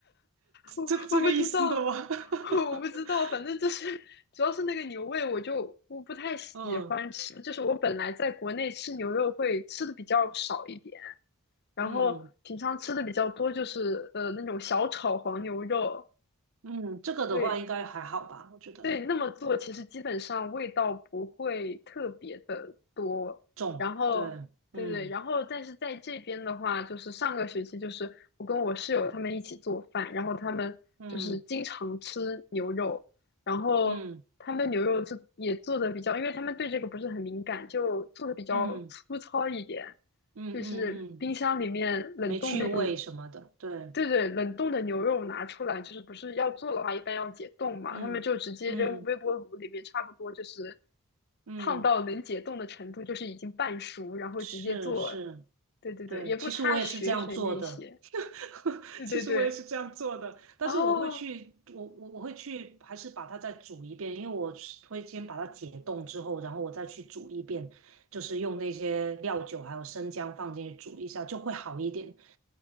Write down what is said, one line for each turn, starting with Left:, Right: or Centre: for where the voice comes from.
Left: 我我不知道，
Right: 这这个意思的吗？
Left: <laughs>
Right: <laughs>
Left: 我不知道，反正就是主要是那个牛味，我就我不太喜欢吃。
Right: 嗯
Left: 就是我本来在国内吃牛肉会吃的比较少一点，然后平常吃的比较多就是呃那种小炒黄牛肉，
Right: 嗯。嗯，这个的话应该还好吧，
Left: 对。
Right: 我觉得
Left: 对，那么做其实基本上味道不会特别的多，
Right: 重，
Left: 然后对对，
Right: 对，嗯
Left: 然后但是在这边的话，就是上个学期就是我跟我室友他们一起做饭，然后他们就是经常吃牛肉，
Right: 嗯
Left: 然后他们牛肉就也做的比较，
Right: 嗯
Left: 因为他们对这个不是很敏感，就做的比较粗糙一点，
Right: 嗯嗯嗯嗯，
Left: 就是冰箱里面冷冻那种
Right: 没趣味什么的，对，
Left: 对对，冷冻的牛肉拿出来，就是不是要做的话，一般要解冻嘛，
Right: 嗯嗯
Left: 他们就直接扔微波炉里面，差不多就是
Right: 嗯，
Left: 烫到能解冻的程度，就是已经半熟，然后直接做。
Right: 是是，
Left: 对对对，
Right: 对，
Left: 也不擦血水那些。
Right: 其实我也是这样做的，<laughs>
Left: 对对对，
Right: 其实我也是这样做的，但是我会去，
Left: 哦
Right: 我我我会去，还是把它再煮一遍，因为我是会先把它解冻之后，然后我再去煮一遍，就是用那些料酒还有生姜放进去煮一下，就会好一点，